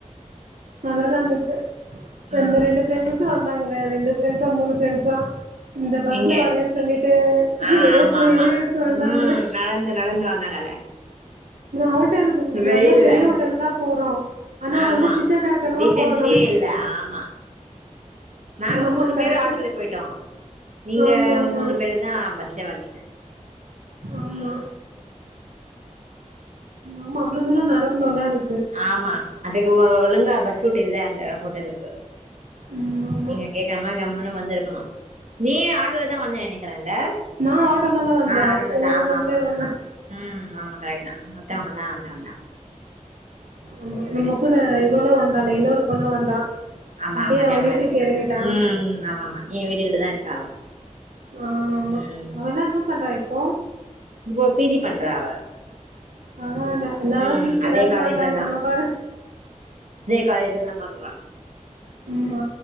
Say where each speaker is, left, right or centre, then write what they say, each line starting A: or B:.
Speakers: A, on the right (about 85°); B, on the right (about 65°).
A: நல்லாதாந்துச்சு
B: ம்
A: அந்ந ரெண்டு பேருக்கு வந் ந்தாங்கல ரெண்டு ஃப்ரண்ட்ஸா மூணு ப்ரண்ட்ஸா இந்த பஸ்ல
B: எங்க
A: வரேன் சொல்லிட்டு
B: ஆ
A: வேத்து
B: ஆமா ஆமா
A: விறுவிறுத்து வந்தாங்கலே
B: ம் நடந்து நடந்து வந்தாங் தல
A: ஹோட்டலுக்கு
B: வெயில்ல
A: நல்ல பெரிய ஹோட்டலுக்கா போறோ ஆனா
B: ஆமா
A: வந்து பிச்சைக்காரத்தனமா
B: டீசென்ஸியே
A: போறோ நம்ம
B: இல்ல ஆம்மா நாங்க
A: ஆமா
B: மூணு
A: கரெக்ட்டு
B: பேரு ஆட்டோல்லயே போயிட்டோ நீங்க
A: ஆமா ஆமா
B: மூணு பேருந்தா பஸ்ல வந்தீங்க
A: ஆமா
B: உம்
A: ஆமா அவ்ளோ தூரோ நடக்குணுல்ல அது
B: ஆமா அதுக்கு ஓ ஒழுங்கா பஸ் ரூட் இல்ல அந்த ஹோட்டேல்க்கு
A: ம் ஆமா
B: நீங்க கேட்காம கம்முன்னு வந் வந்துருக்கணு நீ ஆட்டோலதா வந்த நெனக்கிறே லே
A: நா ஆட்டோலதா வந்தே
B: ஆ ஆட்டோலதா
A: இவங்க
B: ஆமா
A: மூணு
B: ஆமா
A: பேர் வந்தா
B: உம் ஆமாக்கா என்னா மத்தவங்கனா அதுல்ல வந்தாங்க
A: ஆமா
B: சேரி விடு
A: நம்ம கூட இவளு வந் காலையில ஒரு பொண்ணு வந்தா
B: ஆமா
A: அப்டியே
B: ஆமா ஞாபகருக்கு
A: அவ வீட்டுக்கு எறங்கிட்டா
B: உம் ம் ஆமா ஆமா ஏ வீட்டுகிட்டதா இருக்கா அவ
A: ஆ ஆமா
B: ம்
A: அவல்லா என்னப் பண்ற இப் போ
B: இப்போ பி ஜி பண்றா அவ
A: ஆமா னா எல்லாரு
B: ம்
A: பி ஜி
B: அதே
A: எதாச்சு
B: காலேஜ்ல
A: பண்றாங்க நா பாரு
B: காலேஜ்தா பண்றா
A: ம்மா